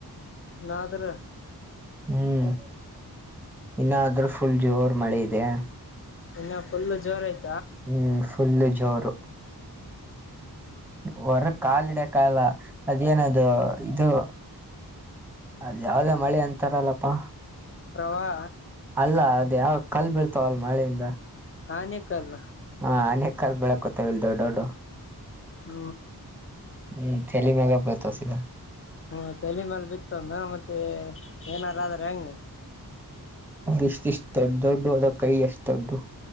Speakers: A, on the left; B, in the centre.
A: ನಾದ್ರ
B: ಹ್ಮ್ ಇನ್ನ ಅದ್ರೂ ಫುಲ್ ಜೋರ್ ಮಳೆ ಇದೆ.
A: ಇನ್ನ ಫುಲ್ ಜೋರ ಆಯ್
B: ಹ್ಮ್ ಪುಲ್ಲು ಜೋರು. ಹೊರಗ್ ಕಾಲ್ ಇಡಕ್ಆಗ್ಲ ಅದೇನದು ಇದು. ಅದ್ ಯಾವ್ದೋ ಮಳಿ ಅಂತಾರಲ್ಲಪ್ಪಾ
A: ಪ್ರವಾಹ
B: ಅಲ್ಲ ಯಾವ್ ಕಲ್ ಬೀಳ್ತಾವಲ್ ಮಳೆಯಿಂದ.
A: ಆನಿಕಲ್
B: ಹಾ ಅನೆಕಲ್ ಬಿಳಕತವ್ ಇಲ್ ದೊಡ್ ಡ್ಡು
A: ಹ್ಮ
B: ಹ್ಮ್ ತೆಲಿ ಮ್ಯಾಗ ಬಳ್ತವ್ ಸಿದಾ.
A: ಹ್ಮ ತಲಿಮ್ಯಾಲ್ ಬಿತ್ಅಂದ್ರ ಮತ್ತೆ ಏನಾರಾದ್ರ ಹೆಂಗ್
B: ಇಷ್ ಇಷ್ಟು ದೊಡ್ ದೊಡ್ಡು ಅದ ಕೈ ಅಷ್ಟು ದೊಡ್ಡು.